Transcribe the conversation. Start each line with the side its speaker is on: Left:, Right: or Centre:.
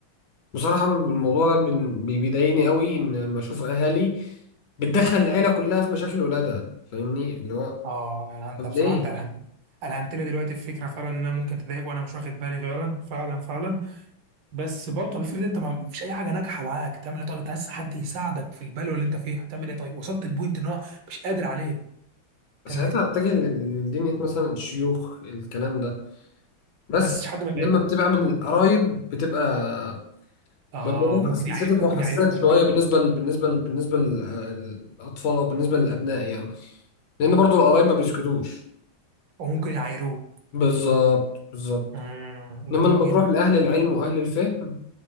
Left: بصراحة الموضوع ده بن- بي- بيضايقني قوي إن لما أشوف أهالي بتدخل العيلة كلها في مشاكل ولادها فاهمني اللي هو
Right: اه يعني انت
Left: طب
Right: بصراحه
Left: ليه؟
Right: انت الهمت الهمت لي دلوقتي الفكره فعلا ان انا ممكن تضايق وانا مش واخد بالي فعلا فعلا فعلا بس برضه طب افرض انت ما ما فيش اي حاجه ناجحه معاك تعمل ايه طيب انت عايز حد يساعدك في البلوه اللي انت فيها تعمل ايه طيب وصلت البوينت ان هو مش قادر عليه تعمل
Left: ساعتها
Right: ايه
Left: اتجه لدينية مثلا الشيوخ الكلام ده بس
Right: بس مش حد من العيله
Left: لما بتبقى من القرايب بتبقى
Right: اه
Left: بيبقى الموضوع
Right: ممكن
Left: سنسيتيف
Right: يعير ممكن
Left: وحساس
Right: يعير
Left: شويه
Right: ممكن
Left: بالنسبه ل... بالنسبه ل... بالنسبه للاطفال او بالنسبه للابناء يعني لان برضو القرايب ما بيسكتوش
Right: او ممكن يعيروه
Left: بالظبط بالظبط
Right: امم
Left: انما
Right: جميل
Left: لما
Right: جدا
Left: تروح لاهل العلم واهل الفهم